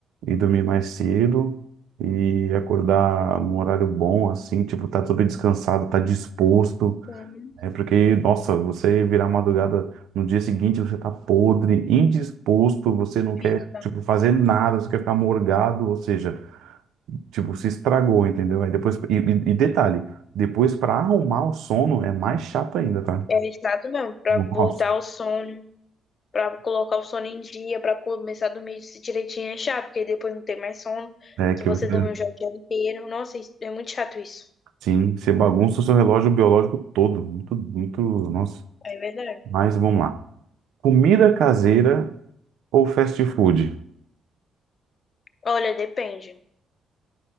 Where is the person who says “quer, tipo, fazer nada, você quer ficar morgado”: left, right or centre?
Right